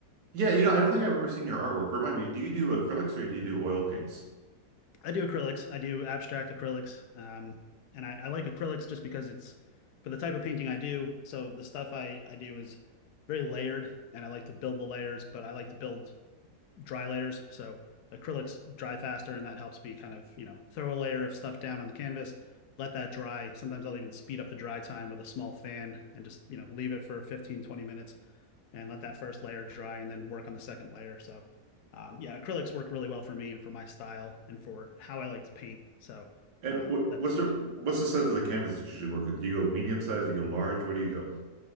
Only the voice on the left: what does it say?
I do acrylics. I do abstract acrylics. Um, and I, I like acrylics just because it's for the type of painting I do. So the stuff I, I do is very layered and I like to build the layers, but I like to build dry layers. So acrylics dry faster and that helps me kind of, you know, throw a layer of stuff down on the canvas, let that dry. Sometimes I'll even speed up the dry time with a small fan and just, you know, leave it for 15 20 minutes and let that first layer dry and then work on the second layer. So um, yeah, acrylics work really well for me and for my style and for how I like to paint. So
um,
that's
that's
pretty
well.